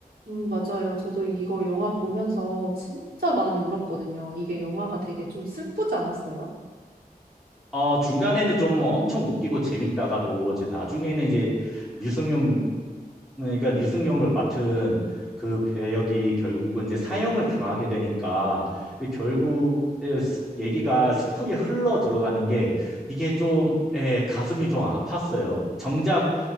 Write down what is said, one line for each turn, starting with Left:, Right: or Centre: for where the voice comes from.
Right: 음, 맞아요. 저도 이거 영화 보면서 진짜 많이 울었거든요. 이게 영화가 되게 좀 슬프지 않았어요?
Centre: 어, 중간에는 좀 엄청 웃기고 재밌다가도 이제 나중에는 이제 류승룡 그러니까 류승룡을 맡은 그 배역이 결국은 이제 사형을 당하게 되니까 결국 에, 스- 얘기가 슬프게 흘러 들어가는 게 이게 좀 에 가슴이 좀 아팠어요. 정작